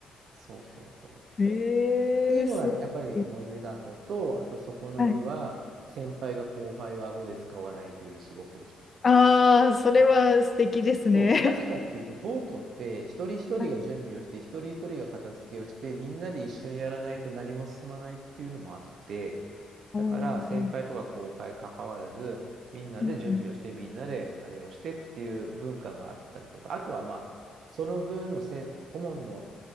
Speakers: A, on the right (about 60°); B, on the left (about 30°).
A: そうそうそうそう。
B: ええすごい。
A: っていうのがやっぱり思い出だとと、あとそこの部は、
B: はい。
A: 先輩が後輩を顎で使わないという、すごく。
B: ああ、それは素敵ですね。
A: うんそう。なぜかっていうと、ボートって一人一人が準備をして、
B: <laughs> はい。
A: 一人一人が片付けをして、みんなで一緒にやらないと何も進まないっていうのもあって、
B: おー
A: だから先輩とか後輩関わらず、みんなで準備をして、
B: うん
A: みんなであれをしてっていう文化があったりとか、あとはまあ、その分のせん顧問の